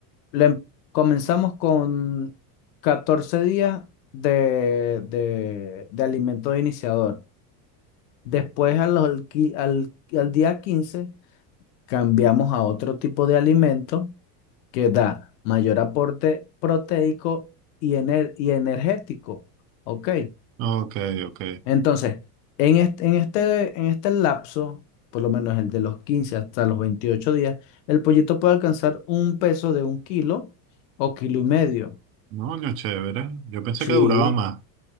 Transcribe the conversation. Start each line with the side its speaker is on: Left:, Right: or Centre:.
Left: le em- comenzamos con 14 días de, de, de alimento de iniciador. Después a los qui- al, al día 15 cambiamos a otro tipo de alimento que da mayor aporte proteico y, ener- y energético. Ok.
Right: ok, ok.
Left: Entonces, en este, en este, en este lapso, por lo menos el de los 15 hasta los 28 días, el pollito puede alcanzar un peso de un kilo o kilo y medio.
Right: No, no, chévere. Yo pensé
Left: Sí.
Right: que duraba más.